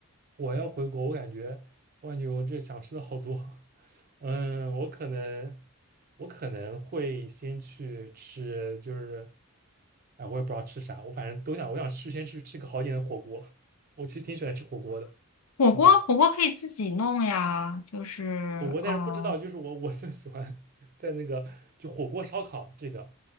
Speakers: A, on the right (about 40°); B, on the left (about 75°).
A: 我要回国，我感觉我感觉我这想吃的好多，<laughs> 嗯，我可能我可能会先去吃就是。哎，我也不知道吃啥，我反正都想，我想去先去吃个好一点的火锅。我其实挺喜欢吃火锅的，
B: 火锅，
A: 嗯，
B: 火锅可以自己弄呀，就是，
A: 火锅，但是不知道，
B: 嗯，
A: 就是我我最喜欢 <laughs> 在那个就火锅烧烤这个，